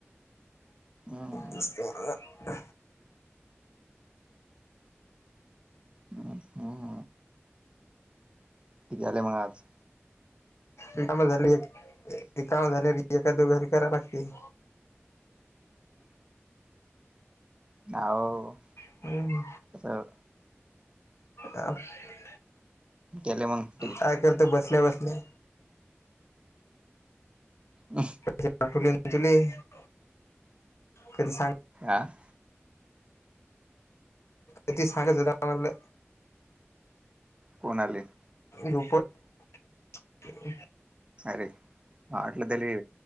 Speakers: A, on the right; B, on the left.
A: हम्म,
B: जसं अ
A: हं हं ते गेल्याआज
B: रिकामे झाली काम झाली एका धरी करा लागते
A: आव
B: हम्म
A: तसं
B: अ. <inaudible>
A: गेले मगं
B: काय करतं बसल्या बसल्या
A: अ
B: <unintelligible> कधी सांग
A: आ <inaudible>
B: किती साडे <unintelligible> वाजलं.
A: कोणाले?
B: रूपर -- <unintelligible>
A: अरे! मला वाटला तेले